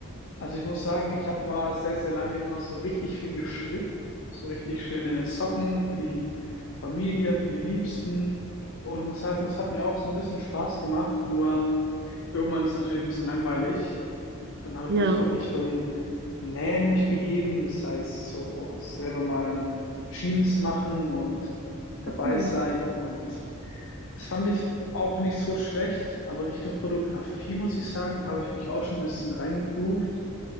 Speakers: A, on the left; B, on the right.
A: Also ich muss sagen, ich habe mal sehr, sehr lange immer so richtig viel gestrickt. So richtig schöne Socken für die Familie und für die Liebsten. Und ich muss sagen, das hat mir auch so ein bisschen Spaß gemacht. Nur Irgendwann ist natürlich ein bisschen langweilig. Dann habe
B: Ja,
A: ich mich auch Richtung Nähen mich begeben. Das heißt, so selber mal eine Jeans machen und dabei
B: ja, cool.
A: sein. Und das fand ich auch nicht so schlecht. Aber Richtung Fotografie, muss ich sagen, habe ich mich auch schon ein bisschen reingegroovt.